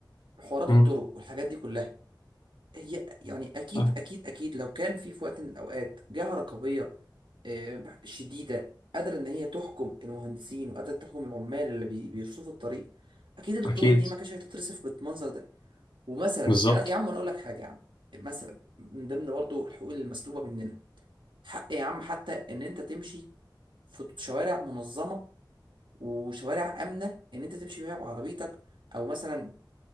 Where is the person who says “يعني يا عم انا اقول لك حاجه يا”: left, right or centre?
Right